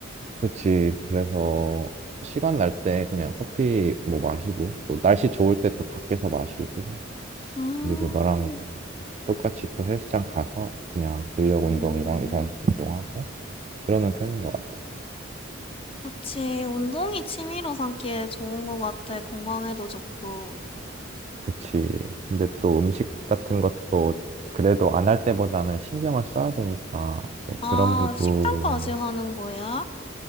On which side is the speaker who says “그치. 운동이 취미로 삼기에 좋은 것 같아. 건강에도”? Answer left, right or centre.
Left